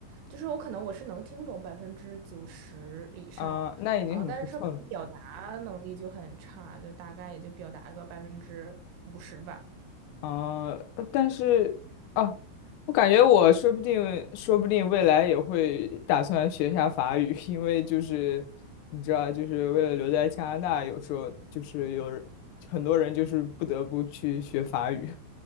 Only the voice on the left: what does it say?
啊，那已经很不错了
啊。呃但是，啊，我感觉我说不定，说不定未来也会打算学一下法语，<laughs> 因为就是你知道，就是为了留在加拿大，有时候就是有人很多人就是不得不去学法语，